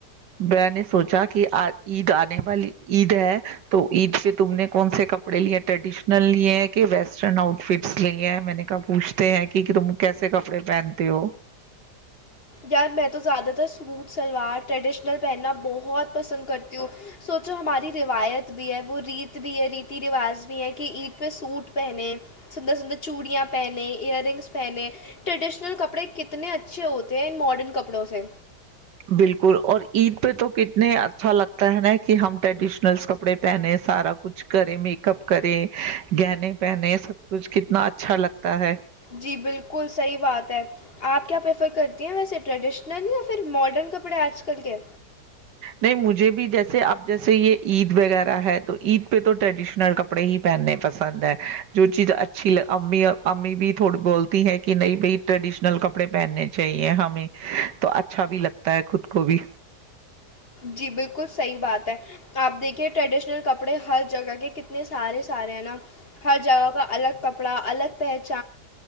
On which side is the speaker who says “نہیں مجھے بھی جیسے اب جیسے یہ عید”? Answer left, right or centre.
Right